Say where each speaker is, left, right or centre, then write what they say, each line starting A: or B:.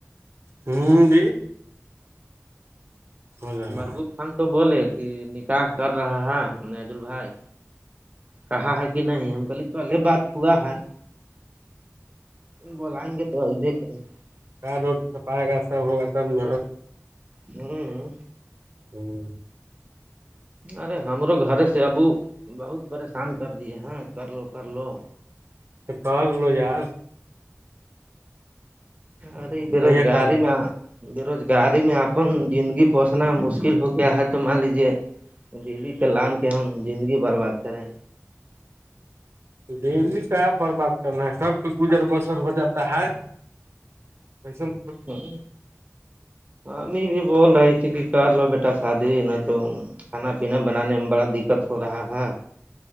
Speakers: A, on the right; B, on the right.
A: ہوں جی ہو جائے گا
B: مربوب خان تو بولے کہ نکاح کر رہا ہے نجول بھائی کہا ہے کہ نہیں ہم کلے کلے بات پا ہے بولائیں گے تو دیک کر نہیں
A: کیا روڈ چپائے گا سب ہوگا تب ن
B: ہوں
A: ہوں
B: ارے ہمارو گھر سے ابو بہت پریشان کر دیے ہیں کر لو کر لو
A: تو کر لو ار
B: ارے بےروزگاری
A: کہیں کر لو
B: میں بے روزگاری میں اپن زندگی پہسنا مشکل ہو گیا ہے تو مان لیجے بیوی کا لان کے ہم زندگی برباد کریں
A: دلی تو ہےپ برباد کرنا ہے سب کو گزر بسر ہو جاتا ہے کیسل
B: ہوں امی بھی بول رہی ت کہ کر لو بیٹا شادی نہ تو کھانا پینا بنانے میں بڑا دقت ہو رہا ہے